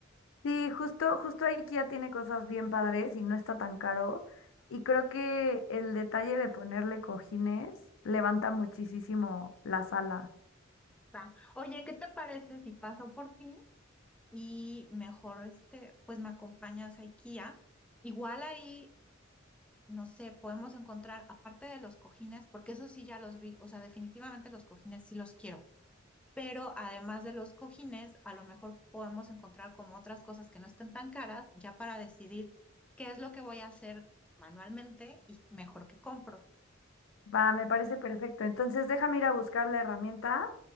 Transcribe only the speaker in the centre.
Va. Oye, ¿qué te parece si paso por ti y mejor este, pues me acompañas a IKEA? Igual ahí, no sé, podemos encontrar, aparte de los cojines, porque eso sí ya los vi, o sea, definitivamente los cojines sí los quiero. pero además de los cojines, a lo mejor podemos encontrar como otras cosas que no estén tan caras, ya para decidir qué es lo que voy a hacer manualmente y mejor que compro.